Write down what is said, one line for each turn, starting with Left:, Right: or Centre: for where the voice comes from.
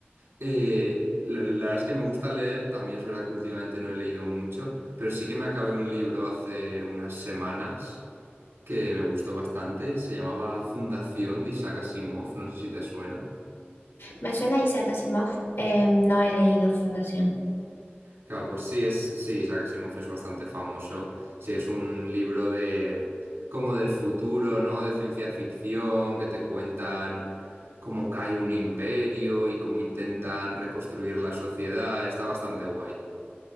Right: Eh, la, la verdad es que me gusta leer, también es verdad que últimamente no he leído mucho, pero sí que me acabé un libro hace unas semanas que me gustó bastante, se llamaba Fundación de Isaac Asimov, no sé si te suena.
Left: Me suena Isaac Asimov. eh, no he leído Fundación.
Right: Claro, pues sí, es, sí, Isaac Asimov es bastante famoso, sí, es un libro de como del futuro, ¿no? De ciencia ficción, que te cuentan cómo cae un imperio y cómo intentan reconstruir la sociedad, está bastante guay.